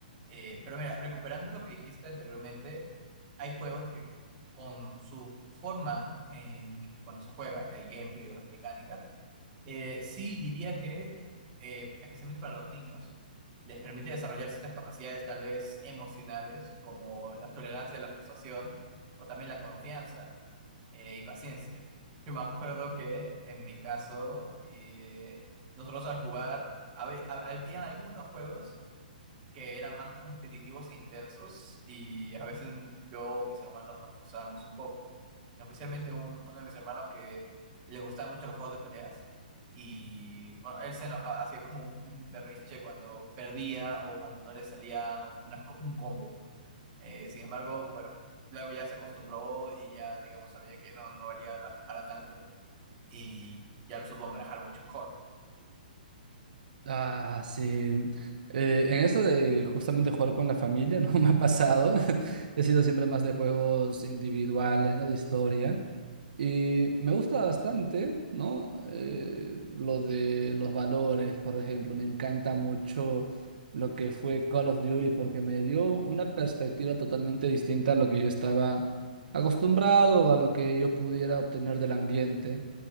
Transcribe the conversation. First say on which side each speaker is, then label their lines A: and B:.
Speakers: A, on the right; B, on the right.
A: Eh, pero mira, recuperando lo que dijiste anteriormente, hay juegos que con su forma en que, bueno, se juega, el gameplay o las mecánicas, eh, sí diría que, eh, especialmente para los niños, les permite desarrollar ciertas capacidades tal vez emocionales, como la tolerancia a la frustración o también la confianza eh, y paciencia. Yo me acuerdo que en mi caso, eh, nosotros al jugar, habe- hab- habían algunos juegos que eran más competitivos e intensos y a veces yo o mis hermanos nos frustrábamos un poco. Especialmente un- uno de mis hermanos que le gustaban mucho los juegos de peleas y bueno, él se enojaba, hacía como un berrinche cuando perdía o cuando no le salía una co- un combo. Eh, sin embargo, bueno, luego ya se acostumbró y ya, digamos, sabía que no, no valía la- para tanto y ya lo supo manejar mucho mejor.
B: Ah, sí. Eh, en eso de justamente jugar con la familia, no <laughs> me ha pasado. <laughs> He sido siempre más de juegos individuales, ¿no? De historia. Y me gusta bastante, ¿no? Eh, lo de los valores, por ejemplo. Me encanta mucho lo que fue Call of Duty porque me dio una perspectiva totalmente distinta a lo que yo estaba acostumbrado, a lo que yo pudiera obtener del ambiente